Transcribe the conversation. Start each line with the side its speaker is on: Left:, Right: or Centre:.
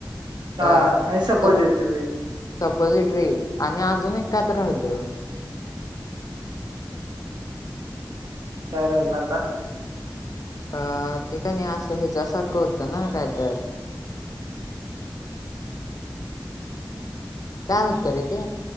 Right: हा
Left: अ
Right: आणि सपोजिट
Left: सब
Right: तुम्ही
Left: <unintelligible> सपोजिट्री आणि अजून एक काय तरी राहिलं.
Right: काय राहिल आता.
Left: अ ते का नाही असं ह्याच्या सारखं होतं ना. कायतर. काय होत्तरे ते.